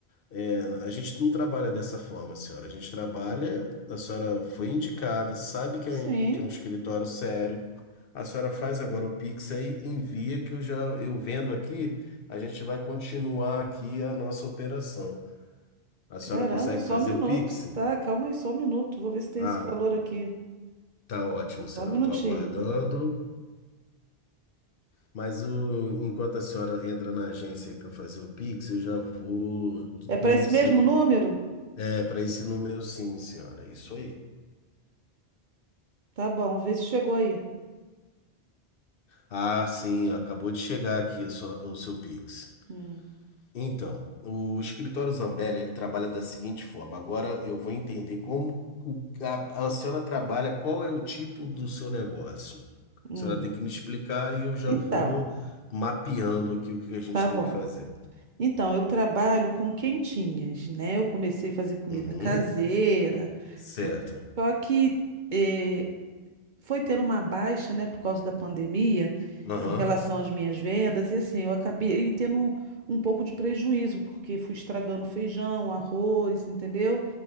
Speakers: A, on the left; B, on the right.
A: É, a gente não trabalha dessa forma, senhora. A gente trabalha, a senhora foi indicada, sabe que
B: Sim.
A: é um, que é um escritório sério. A senhora faz agora o Pix aí, envia que eu já eu vendo aqui, a gente vai continuar aqui a nossa operação. A senhora
B: Caramba,
A: consegue
B: só
A: fazer
B: um minuto.
A: o Pix?
B: Tá, calma aí, só um minuto. Vou ver se tem
A: Ah,
B: esse valor aqui.
A: Tá ótimo, senhora.
B: Só um minutinho.
A: Eu estou aguardando. Mas o- enquanto a senhora entra na agência aí para fazer o Pix, eu já vou
B: É para
A: iniciando.
B: esse mesmo número?
A: É, para esse número, sim, senhora. Isso aí.
B: Tá bom, vê se chegou aí.
A: Ah, sim, acabou de chegar aqui a sua- o seu Pix.
B: Hum,
A: Então, o escritório Zambelli, ele trabalha da seguinte forma. Agora eu vou entender como o- a, a senhora trabalha, qual é o tipo do seu negócio. A
B: hum.
A: senhora tem que me explicar e eu já
B: Então,
A: vou mapeando aqui o que a gente
B: tá
A: tem
B: bom.
A: que fazer.
B: Então, eu trabalho com quentinhas, né? Eu comecei a fazer comida
A: Uhum.
B: caseira,
A: Certo.
B: tudo. Só que eh, foi tendo uma baixa, né, por causa da pandemia,
A: Aham.
B: em relação às minhas vendas, e assim, eu acabei tendo um, um pouco de prejuízo, porque fui estragando feijão, arroz, entendeu?